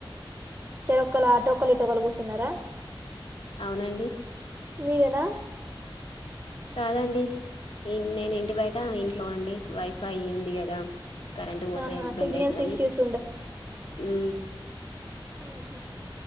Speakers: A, on the right; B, on the left.
A: చెరొక్కల అటోక్కలు ఇటోకలు కూర్చున్నారా
B: అవునండి
A: మీదనా
B: కాదండి ఇ నేను ఇంటి బయట ఇ ఇంట్లోనండి వైఫై ఏంది కదా కరెంట్ పోతే
A: ఆహా
B: ఇబందయితదని
A: సిగ్నల్స్ ఇష్యూస్
B: ఉ
A: ఆహ